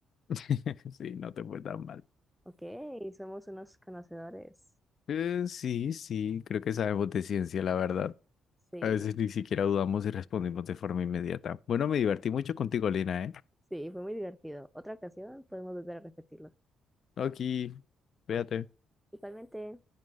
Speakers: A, on the left; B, in the centre.
A: <laughs> Sí, no te fue tan mal.
B: Ok, somos unos conocedores.
A: Eh, sí, sí, creo que sabemos de ciencia, la verdad.
B: Sí,
A: A veces ni siquiera dudamos y respondimos de forma inmediata. Bueno, me divertí mucho contigo, Lina, ¿eh?
B: sí, fue muy divertido. Otra ocasión podemos volver a repetirlo.
A: No, Aquí, véate.
B: Igualmente.